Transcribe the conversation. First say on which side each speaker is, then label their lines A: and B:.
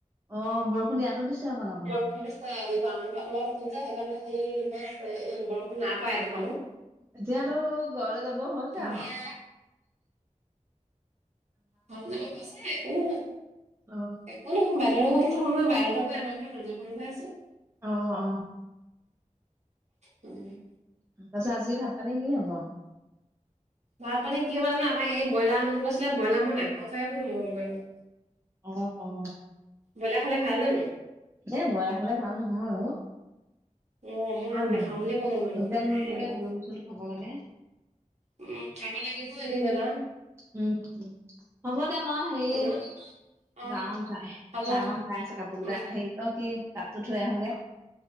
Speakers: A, on the right; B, on the right.
A: অ বৰষুণ ইয়াতো দিছে অকন অকন
B: ৰিছে এই বাহজোপাৰ তলত আছো যে সেইকাৰণে হেৰি হৈ আছে বৰষুণ নাই পৰা এটোপালো
A: এতিয়াতো ঘৰলে যাব হৈছে
B: ধুনীয়া
A: আৰু
B: ভাল হৈ যাব কৈছে একো নহয়
A: অ
B: একো নহয় বাইদেউহতৰ ঘৰতো থব নহয় বাইদউ হতৰ ঘৰ আমাৰ ঘৰৰ মাজৰ খিনিতহে আছে।
A: অ অ
B: উম
A: তাৰ পিছত আজি ভাত পানী কি হব?
B: ভাত পানী কি হ'ব জানো আমাৰ এই ব্ৰইলাৰ আনো আনো কৰি আছিলে ব্ৰইলাৰ মই নাখাওঁ যা বোলো মই মৰিবলে
A: অ অ
B: ব্ৰইলাৰ খালে ভাল জানো?
A: এ ব্ৰইলাৰ খালে ভাল নহয় অ।
B: অ মই
A: হয়
B: নাখাওঁ
A: নহয়
B: বুলি ক'লো
A: লোকেল মুৰ্গীকে
B: ব্ৰইলাৰ
A: জোল চোল খাব লাগে‌।
B: উম চাব লাগিব এদিন এটা।
A: উম, হ'ব দে মই সেই
B: কিন্তু অ',
A: যাও চাই
B: হ'ব
A: চাহকন খাই আছো কাপোৰ
B: উম,
A: কেইটা হেৰি অ' কি কাপটো থৈ আহোগে।